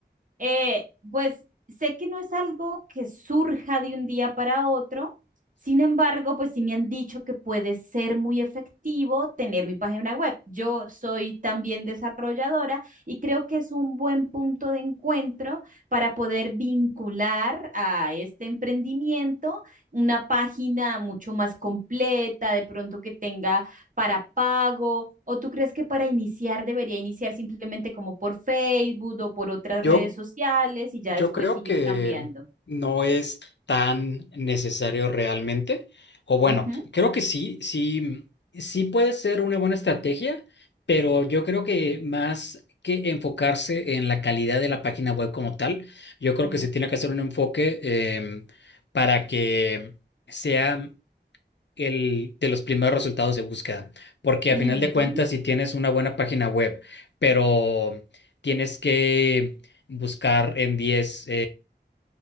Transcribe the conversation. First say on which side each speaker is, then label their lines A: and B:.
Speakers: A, on the right; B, on the left.
A: Eh, pues sé que no es algo que surja de un día para otro, sin embargo, pues sí me han dicho que puede ser muy efectivo tener mi página web. Yo soy también desarrolladora y creo que es un buen punto de encuentro para poder vincular a este emprendimiento una página mucho más completa, de pronto que tenga para pago? ¿O tú crees que para iniciar debería iniciar simplemente como por Facebook o por otras
B: Yo
A: redes sociales y ya
B: Yo
A: después
B: creo
A: seguir
B: que
A: cambiando?
B: no es tan necesario realmente. O bueno,
A: Ujú,
B: creo que sí, sí, sí puede ser una buena estrategia, pero yo creo que más que enfocarse en la calidad de la página web como tal, yo creo
A: mm,
B: que se tiene que hacer un enfoque em, para que sea el, de los primeros resultados de búsqueda, porque
A: ujú,
B: a final de cuentas, si tienes una buena página web, pero tienes que buscar en 10,